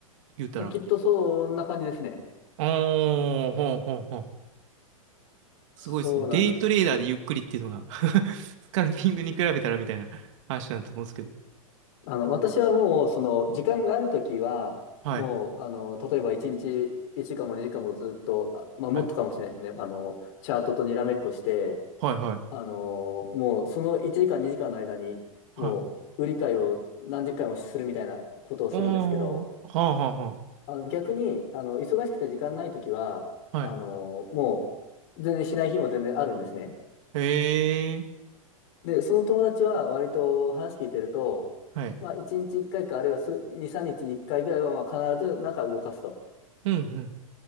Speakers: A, on the right (about 60°); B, on the left (about 55°).
A: 言うたら。
B: まあ、きっとそんな感じですね。
A: ああ、ほうほうほう。すごいですね。
B: そうなんです。
A: デイトレーダーでゆっくりっていうのが <laughs> スカルピングに比べたらみたいな話なんだと思うんですけど。
B: あの、私はもう、その、時間があるときは、
A: はい。
B: もう、あの、例えば1日1時間も2時間もずっと、あまあ、もっとかもしれないですね。
A: はい。
B: あの、チャートとにらめっこして、
A: はいはい。
B: あの、もう、その1時間2時間の間に、もう、
A: はい。
B: 売り買いを何十回もするみたいなことをするんですけど、
A: おー、はあはあは
B: あの、逆に、あの、忙しくて時間ないときは、
A: あ。はい。
B: あの、もう、全然しない日も全然あるんですね。
A: へえ。
B: で、その友達は割と話聞いてると、
A: はい。
B: まあ、1日1回か、あるいは数2、3日に1回ぐらいは、まあ、必ず中動かすと。
A: うんうん。